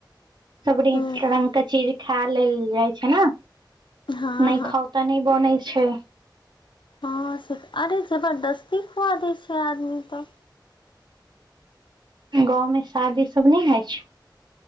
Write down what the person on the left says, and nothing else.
हूँ
हँ
हँं से तऽ अरे जबरदस्ती खुआ दैत छै आदमी तऽ